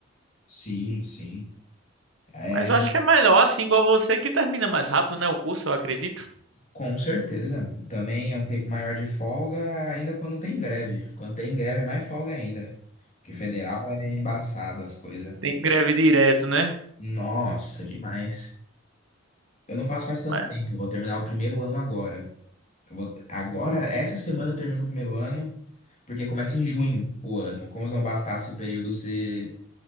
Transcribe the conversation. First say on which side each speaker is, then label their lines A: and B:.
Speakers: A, on the left (about 35°); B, on the right (about 65°).
A: Sim, sim. É,
B: Mas eu acho que é melhor, assim, igual você, que termina mais rápido, né? O curso, eu acredito.
A: com certeza. Também é um tempo maior de folga, ainda quando não tem greve. Quando tem greve é mais folga ainda. Porque federal é embaçado as coisas.
B: Tem greve direto, né?
A: Nossa, demais. Eu não faço faz tanto
B: Mas-
A: tempo. Vou terminar o primeiro ano agora. Eu vou... Agora, essa semana eu termino o primeiro ano, porque começa em junho o ano. Como se não bastasse o período ser